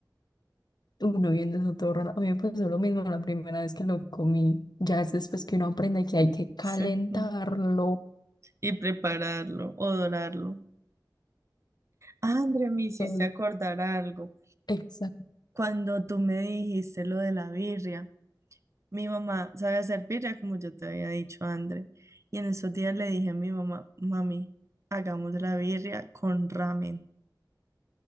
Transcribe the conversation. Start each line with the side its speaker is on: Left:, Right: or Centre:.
Left: Uno viendo eso todo raro. A mí me pasó lo mismo la primera vez que lo comí. Ya es después que uno aprende que hay que calentarlo.
Right: Sí. mm. Y prepararlo o dorarlo. Ah, André, me hiciste
Left: Entonces,
Right: acordar algo.
Left: Exacto.
Right: Cuando tú me dijiste lo de la birria, mi mamá sabe hacer birria, como yo te había dicho, André. Y en esos días le dije a mi mamá, mami, hagamos la birria con ramen.